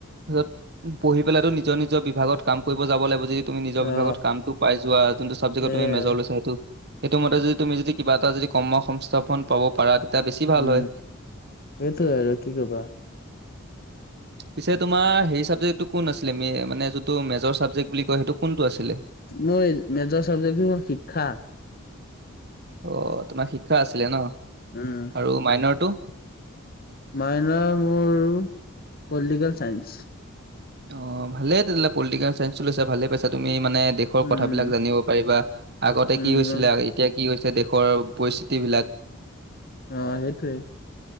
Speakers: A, on the right; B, on the left.
A: তাৰছত পঢ়ি পেলাইটো নিজৰ নিজৰ বিভাগত কাম কৰিব যাব লাগিব জি তুমি নিজৰ
B: অ
A: বিভাগত কামটো পাই যোৱা যোনটো চাবজে্টত
B: সেইয়াই
A: তুমি মেজৰ লৈছ সেইটো সেইটো মতে যদি তুমি যদি কিবা এটা যদি কৰ্ম সংস্থাপন পাব পাৰা তেতিয়া বেছি ভাল
B: উম
A: হয়।
B: সেইটোৱেই
A: উম,
B: আৰু কি কবা
A: পিছে তোমাৰ হেৰি ছাবজেক্টটো কোন আছিলে ম মানে যোনটো মেজৰ ছাবজেক্ট বুলি কয় সেইটো কোনটো আছিলে
B: মোৰ মেজৰ চাবজেক্টটো হল শিক্ষা
A: অঁ তোমাৰ শিক্ষা আছিলে ন
B: উম
A: আৰু মাইনৰটো
B: মাইনৰ মোৰ পলিটিকেল চাইন্স
A: অ ভালে তেতিয়াহলে পলিটিকেল চাইন্ঞ্চটো লৈছা ভালে পাইছা তুমি মানে দেশ দেশৰ
B: উম
A: কথাবিলাক জানিব পাৰিবা আগতে কি
B: উম
A: হৈছিলে এতিয়া কি হৈছে দেশৰ পৰিস্থিতি বিলাক
B: অ সেইটোৱেই